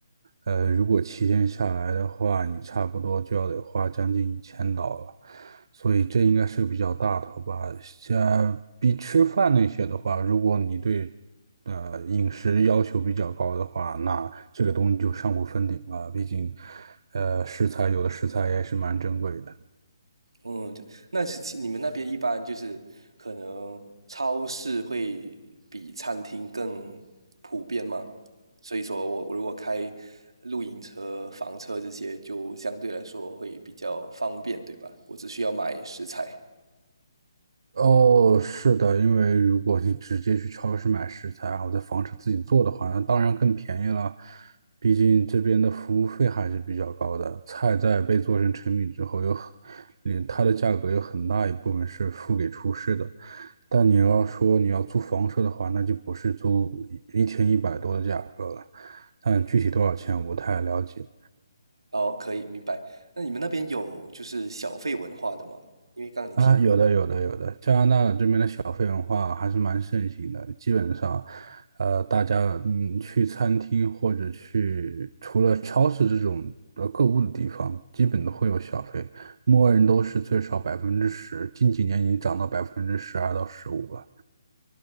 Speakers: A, on the right; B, on the right.
A: 呃，如果七天下来的话，你差不多就要得花将近一千刀了，所以这应该是个比较大头吧。像比吃饭那些的话，如果你对呃饮食要求比较高的话，那这个东西就上不封顶了。毕竟，呃，食材有的食材也是蛮珍贵的。
B: 嗯，对那是你们那边一般就是可能超市会比餐厅更普遍吗？所以说我我如果开露营车、房车这些，就相对来说会比较方便，对吧？我只需要买食材。
A: 哦，是的，因为如果你直接去超市买食材，然后在房车自己做的话，那当然更便宜了。毕竟这边的服务费还是比较高的，菜在被做成成品之后，有很，嗯它的价格有很大一部分是付给厨师的。但你要说你要租房车的话，那就不是租一一天一百多的价格了。但具体多少钱我不太了解。
B: 哦，可以，明白。那你们那边有就是小费文化的吗？因为刚刚你提，
A: 啊，有的，有的，有的。加拿大这边的小费文化还是蛮盛行的，基本上，呃，大家嗯去餐厅或者去除了超市这种呃购物的地方，基本都会有小费，默认都是最少百分之十，近几年已经涨到百分之十二到十五了。